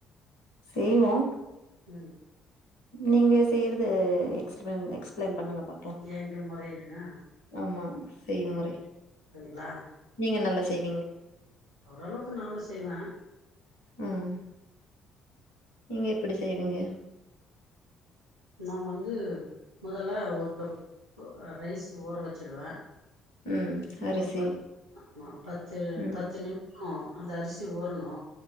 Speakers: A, on the left; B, on the right.
A: செய்வோ
B: ம்
A: நீங்க செய்றத் இது எக்ஸ்ப்ளைன் எக்ஸ்ப்ளைன் பண்ணுங்க பாக்கலா
B: எங்க முறையா
A: ஆமா செய் முறை
B: ங்களா
A: நீங்க நல்ல செய்த
B: ஓரளவுக்கு நானு செய்வே
A: ம் நீங்க எப்டி செய்வீங்க
B: நா வந்து முதல்ல ஒரு கப்பு ரைஸ் ஓர வச்சுடுவே
A: ம் அரிசி
B: ஒரு பத்து ஆமா பத்து
A: ம்
B: பத்து நிம் உ அந்த அரிசி ஊரணு